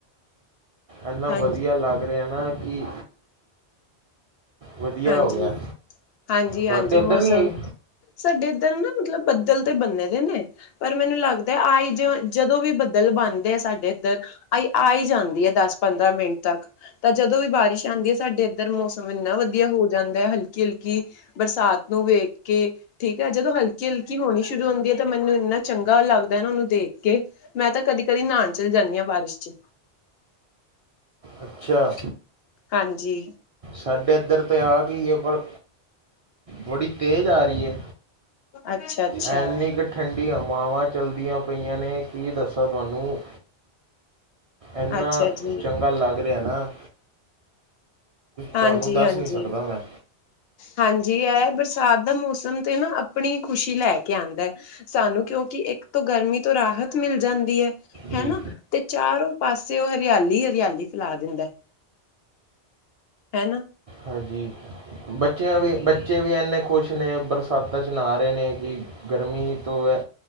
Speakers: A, on the right (about 45°); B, on the left (about 70°).
A: ਇੰਨਾ
B: ਹਾਂਜੀ
A: ਵਧੀਆ ਲੱਗ ਰਿਹਾ ਨਾ ਕਿ ਵਧੀਆ
B: ਹਾਂਜੀ
A: ਹੋ ਗਿਆ
B: ਹਾਂਜੀ
A: ਤੁਹਾਡੇ
B: ਹਾਂਜੀ
A: ਉੱਧਰ
B: ਮੌਸਮ
A: ਨਹੀਂ ਆਈ?
B: ਸਾਡੇ ਇੱਧਰ ਨਾ ਮਤਲਬ ਬੱਦਲ ਤੇ ਬੰਨੇ ਰੇ ਨੇ ਪਰ ਮੈਨੂੰ ਲੱਗਦਾ ਆਈ ਜਿ ਜਦੋਂ ਵੀ ਬੱਦਲ ਬਣਦੇ ਆ ਸਾਡੇ ਇੱਧਰ ਆਈ ਆ ਜਾਂਦੀ ਹੈ ਦਸ ਪੰਦਰਾਂ ਮਿੰਟ ਤੱਕ। ਤਾਂ ਜਦੋਂ ਵੀ ਬਾਰਿਸ਼ ਆਂਦੀ ਹੈ ਸਾਡੇ ਇੱਧਰ ਮੌਸਮ ਇੰਨਾ ਵਧੀਆ ਹੋ ਜਾਂਦਾ ਹੈ ਹਲਕੀ ਹਲਕੀ ਬਰਸਾਤ ਨੂੰ ਵੇਖ ਕੇ ਠੀਕ ਹੈ ਜਦੋਂ ਹਲਕੀ ਹਲਕੀ ਹੋਣੀ ਸ਼ੁਰੂ ਹੁੰਦੀ ਹੈ ਤਾਂ ਮੈਨੂੰ ਇੰਨਾ ਚੰਗਾ ਲੱਗਦਾ ਉਹਨੂੰ ਦੇਖ ਕੇ। ਮੈਂ ਤਾਂ ਕਦੀ ਕਦੀ ਨਾਨ ਚਲੀ ਜਾਂਦੀ ਹਾਂ ਬਾਰਿਸ਼ ਚ।
A: ਅੱਛਾ!
B: ਹਾਂਜੀ!
A: ਸਾਡੇ ਇੱਧਰ ਤੇ ਆ ਗਈ ਹੈ ਪਰ ਬੜੀ ਤੇਜ਼ ਆ ਰਹੀ ਏ!
B: ਅੱਛਾ! ਅੱਛਾ
A: ਐਨੀ ਕ ਠੰਡੀ ਹਵਾਵਾਂ ਚੱਲਦੀਆਂ ਪਈਆਂ ਨੇ ਕੀ ਦੱਸਾਂ ਤੁਹਾਨੂੰ! ਇੰਨਾ
B: ਅੱਛਾ ਜੀ
A: ਚੰਗਾ ਲੱਗ ਰਿਹਾ ਨਾ!
B: ਹਾਂਜੀ
A: ਤੁਹਾਨੂੰ ਦੱਸ
B: ਹਾਂਜੀ!
A: ਨਹੀਂ ਸਕਦਾ ਮੈਂ
B: ਹਾਂਜੀ ਇਹ ਬਰਸਾਤ ਦਾ ਮੌਸਮ ਤੇ ਨਾ ਆਪਣੀ ਖੁਸ਼ੀ ਲੈ ਕੇ ਆਂਦਾ ਏ! ਸਾਨੂੰ ਕਿਉਂਕਿ ਇੱਕ ਤੋਂ ਗਰਮੀ ਤੋਂ ਰਾਹਤ ਮਿਲ ਜਾਂਦੀ ਹੈ।
A: ਜੀ
B: ਹਨਾ ਤੇ ਚਾਰੋਂ ਪਾਸੇ ਉਹ ਹਰਿਆਲੀ ਹਰਿਆਲੀ ਫੈਲਾ ਦਿੰਦਾ। ਹੈ ਨਾ।
A: ਹਾਂਜੀ ਬੱਚਿਆਂ ਵੀ ਬ ਬੱਚੇ ਵੀ ਇੰਨੇ ਖੁਸ਼ ਨੇ ਬਰਸਾਤਾਂ ਚ ਨਾਹ ਰਹੇ ਨੇ ਕਿ ਗਰਮੀ ਤੋਂ ਏ